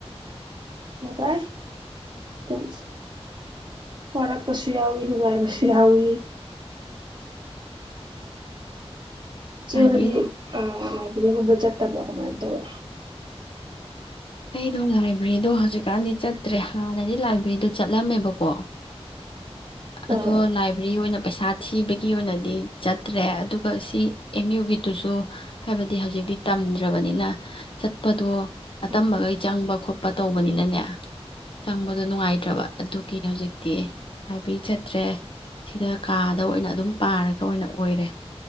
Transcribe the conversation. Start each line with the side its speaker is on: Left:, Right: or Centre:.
Right: ꯅꯨꯡꯉꯥꯏ ꯑꯗꯨꯝ ꯋꯥꯔꯛꯄꯁꯨ ꯌꯥꯎꯋꯤ ꯅꯨꯡꯉꯥꯏꯕꯁꯨ ꯌꯥꯎꯋꯤ ꯗꯤ
Left: ꯂꯥꯏꯕ꯭ꯔꯦꯔꯤꯗ
Right: ꯑ ꯏꯒꯨꯝꯕ ꯆꯠꯇꯕ꯭ꯔꯥ ꯀꯃꯥꯏꯅ ꯇꯧꯋꯔꯦ
Left: ꯑꯩꯗꯣ ꯂꯥꯏꯕ꯭ꯔꯦꯔꯤꯗꯣ ꯍꯧꯖꯤꯛꯀꯥꯟꯗꯤ ꯆꯠꯇ꯭ꯔꯦ ꯍꯥꯟꯅꯗꯤ ꯂꯥꯏꯕ꯭ꯔꯦꯔꯤꯗꯣ ꯆꯠꯂꯝꯃꯦꯕꯀꯣ ꯑꯗꯣ
Right: ꯎꯝ
Left: ꯂꯥꯏꯕ꯭ꯔꯦꯔꯤ ꯑꯣꯏꯅ ꯄꯩꯁꯥ ꯊꯤꯕꯒꯤ ꯑꯣꯏꯅꯗꯤ ꯆꯠꯇ꯭ꯔꯦ ꯑꯗꯨꯒ ꯁꯤ ꯑꯦꯝ ꯌꯨꯒꯤꯗꯨꯁꯨ ꯍꯥꯏꯕꯗꯤ ꯍꯧꯖꯤꯛꯇꯤ ꯇꯝꯗ꯭ꯔꯕꯅꯤꯅ ꯆꯠꯄꯗꯣ ꯑꯇꯝꯕꯒꯩ
Right: ꯎꯝ
Left: ꯆꯪꯕ ꯈꯣꯠꯄ ꯇꯧꯕꯅꯤꯅꯅꯦ ꯆꯪꯕ ꯑꯗꯨ ꯅꯨꯡꯉꯥꯏꯇ꯭ꯔꯕ ꯑꯗꯨꯒꯤ ꯍꯧꯖꯤꯛ <unintelligible> ꯄꯤ ꯆꯠꯇ꯭ꯔꯦ ꯁꯤꯗ ꯀꯥꯗ ꯑꯣꯏꯅ ꯑꯗꯨꯝ ꯄꯥꯔꯒ ꯑꯣꯏꯅ ꯑꯣꯏꯔꯦ